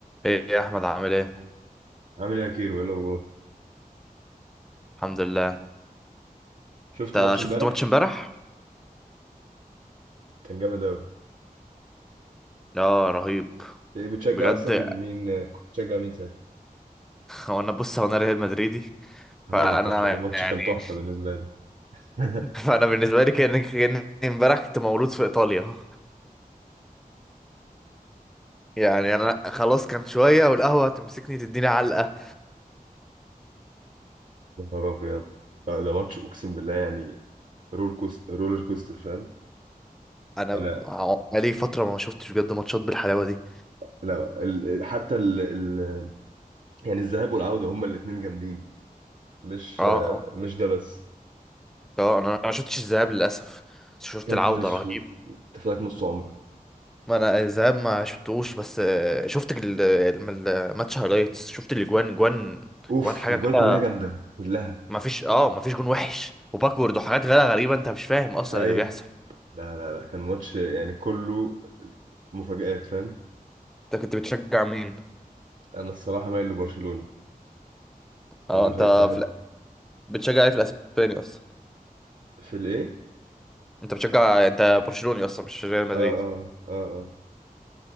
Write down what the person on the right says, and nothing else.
عامل ايه يا كيرو ايه الاخبار
شفت
ماتش
امبارح
كان جامد اوي
ايه بتشجع
اصلا مين كنت بتشجع مين ساعتها
هذا
انت تلاقي ماتش
كان تحفه بالنسبه لك <laughs>
يا نهار ابيض آه، ده ماتش اقسم بالله يعني رول كوست رولر كوستر فاهم
انا
لا ال... حتى ال... ال... يعني الذهاب والعوده هما الاثنين جامدين مش
آه،
مش ده بس
يا نهار
اسود
انت فاكر نص عمرك
اوف
الاجوان
كلها جامده كلها
ايوه
لا لا لا كان ماتش يعني كله مفاجآت فاهم
انا الصراحه مايل لبرشلونه
انا بشا-
بحب
في الايه
اه اه اه اه